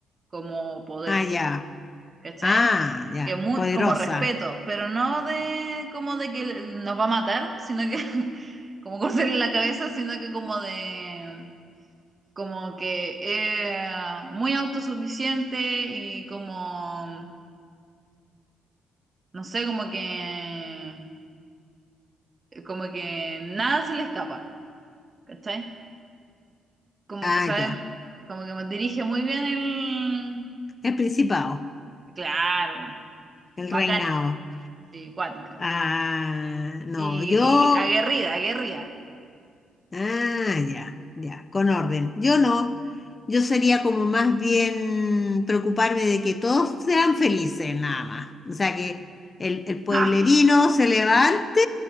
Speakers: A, on the right (about 30°); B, on the left (about 30°).
A: como poder,
B: Ah, ya.
A: ¿cachai?
B: Ah, ya.
A: Que muy,
B: Poderosa.
A: como respeto, pero no de como de que nos va a matar, sino que <laughs> como cortarle la cabeza, sino que como de como que es muy autosuficiente y como no sé, como que como que nada se le escapa, ¿cachai? Como
B: Ah,
A: que sabe,
B: ya.
A: como que me dirige muy bien el...
B: El principado.
A: Claro,
B: El
A: bacana
B: reinado.
A: ella, sí, cuática.
B: Ah, no.
A: Y,
B: Yo.
A: y aguerrida, aguerrida.
B: Ah, ya, ya, con orden. Yo no, yo sería como más bien preocuparme de que todos sean felices, nada más. O sea, que el, el pueblerino
A: <laughs> ¡Ah!
B: se levante,